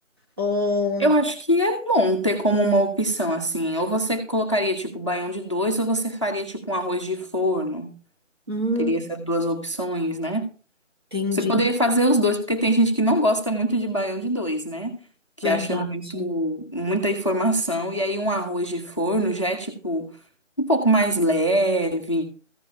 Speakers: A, on the right (about 20°); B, on the left (about 25°).
A: Ou...
B: Eu acho que é bom ter como uma opção assim. Ou você colocaria tipo baião de dois, ou você faria tipo um arroz de forno.
A: Hum,
B: Teria essas duas opções, né?
A: entendi,
B: Você poderia fazer os dois, porque tem gente que não gosta muito de baião de dois, né? Que
A: verdade.
B: acha muito, muita informação. E aí um arroz de forno já é tipo um pouco mais leve